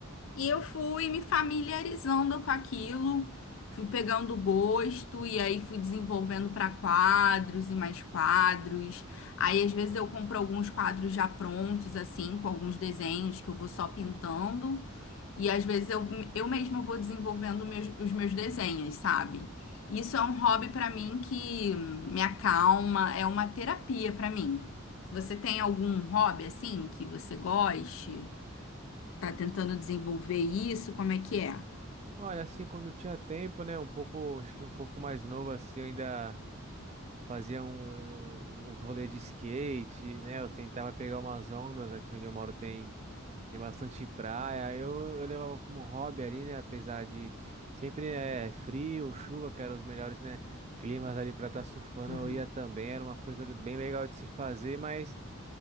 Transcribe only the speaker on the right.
Olha, assim, quando tinha tempo, né, um pouco, acho que um pouco mais novo assim, eu ainda fazia um- um, uns rolês de skate, né? Eu tentava pegar umas ondas aqui onde eu moro tem Tem bastante praia, eu, eu levava como hobby ali, né? Apesar de sempre é frio, chuva, que eram os melhores, né? Climas ali para estar surfando,
eu ia também, era uma coisa bem legal de se fazer, mas